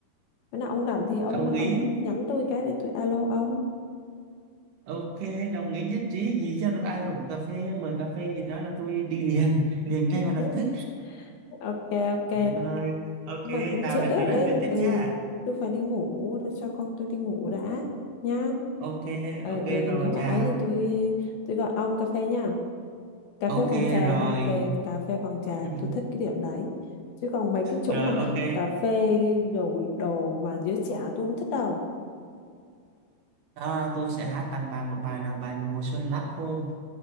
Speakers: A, on the left; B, on the right.
A: bữa nào ông rảnh thì ông
B: Đồng ý.
A: ông nhắn tôi cái để tôi alo ông
B: Ok, đồng ý nhất trí gì cho ai rủ cà phê mời cà phê gì đó là tôi đi liền liền ngay và lập
A: Thế-
B: tức
A: ok ok
B: rồi ok
A: mà cũng
B: nào
A: trễ
B: lại
A: rồi
B: rồi nói
A: đấy
B: chuyện tiếp
A: ừ
B: nha
A: tôi phải đi ngủ tôi cho con tôi đi ngủ đã nhá
B: ok
A: ừ,
B: ok
A: ừ
B: rồi
A: nếu mà
B: chào
A: ấy thì tôi tôi gọi ông cà phê nha cà
B: ok
A: phê phòng trà
B: rồi
A: nha kề cà phê phòng trà
B: <laughs>
A: tôi thích cái điểm đấy chứ còn mấy cái chỗ
B: rồi
A: mà
B: ok
A: cà phê rồi đồ mà giới trẻ tôi không thích đâu
B: đó là tôi sẽ hát tặng bà một bài là bài mùa xuân lá khô